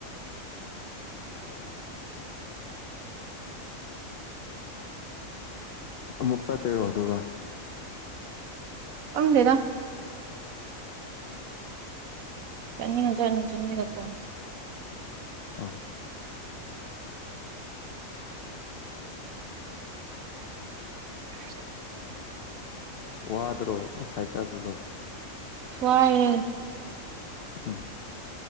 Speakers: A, on the left; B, on the right.
A: <inaudible> ꯑꯃꯨꯛ ꯆꯠꯇꯣꯏꯔꯣ ꯑꯗꯨꯒ
B: ꯈꯪꯗꯦꯗ
A: <inaudible>
B: ꯆꯠꯅꯤꯡꯉ ꯆꯠꯅꯤ ꯆꯠꯅꯤꯡꯇ꯭ꯔ ꯇꯣꯛꯅꯤ
A: ꯑꯣ
B: <inaudible>
A: ꯋꯥꯗ꯭ꯔꯣ ꯉꯁꯥꯏ ꯆꯠꯄꯗꯣ
B: ꯋꯥꯏꯌꯦ
A: ꯍꯝ